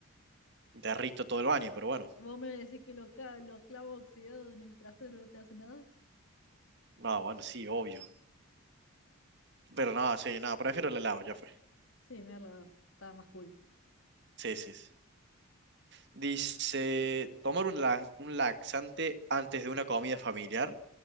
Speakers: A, on the right; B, on the left.
A: Derrito todo el baño, pero bueno.
B: <laughs> vos me decís que los, ca- los clavos oxidados en el trasero no te hacen nada?
A: No, bueno, sí, obvio. Pero no, sí, no, prefiero la lava, ya fue.
B: Sí, mear lava. Está más cool.
A: Sí, sí. sí. Dice, tomar un, la- un laxante antes de una comida familiar